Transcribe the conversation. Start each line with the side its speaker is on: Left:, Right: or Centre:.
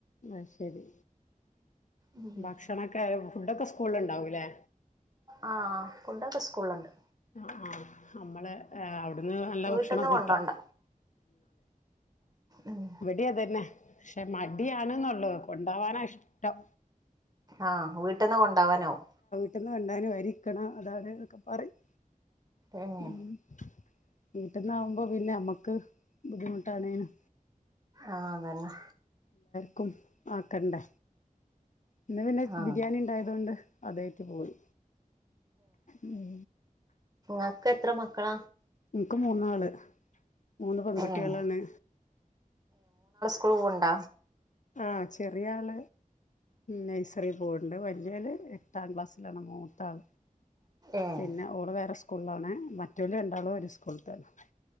Left: അശരി
Right: ഉം
Left: ഭക്ഷണക്കെ ഫുഡ് ഒക്കെ സ്കൂളിൽ ഉണ്ടാവു ലെ
Right: ആ ഫുഡ് ഒക്കെസ്കൂളിൽണ്ട്
Left: അ അ നമ്മൾ ഹെ അവു ന്ന് നല്ല
Right: വീട്ടിൽന്ന്
Left: ഭാഷനാക്കെ
Right: കൊണ്ടോണ്ട
Left: കിട്ടും
Right: ഉം
Left: ഇവടിം അധെനെ പക്ഷെ മടിയാണ് ഒള്ളു കൊണ്ടോവാന ഇഷ്ടം
Right: അ വീട്ടിന് കൊണ്ട് ണ്ടാവണവും
Left: ന്ന് കൊണ്ടരാൻ വരി നിൽക്കണം അത് അദ്ദേ നെക്കെ പറയും
Right: ഏഹ്
Left: <unintelligible> വിട്ടുന്നവബോ നമ്മക് ബുദ്ധിമുട്ടാണെന്നും
Right: അ അദെന്നെ
Left: ക്കും നോക്കണ്ടേ ഇന്ന് പിന്നെ
Right: ആഹ്
Left: ബിരിയാണി ഉണ്ടായാധൊണ്ട് തെറ്റ് പോയി ഉം
Right: ങ്ങൾക് എത്ര മക്കള
Left: ഇനിക്ക് മുന്നാൾ മൂന്ന് പെൺകുട്ടിളാണ്
Right: ഏഹ് കൂൾ പോവുണ്ട
Left: അ ചെറിയ ആൾ നെയ്‌സറിയിൽ പോവുണ്ട് വലിയാൾ ഏട്ടാം ക്ലാസിലാണ് മുത്താൾ
Right: ഏഹ്
Left: പിന്നെ ഓൾ വേറെ സ്കൂ സ്കൂളിലാണ് മറ്റൊല് രണ്ടാളും ഒരു സ്കൂളിൽതന്നെ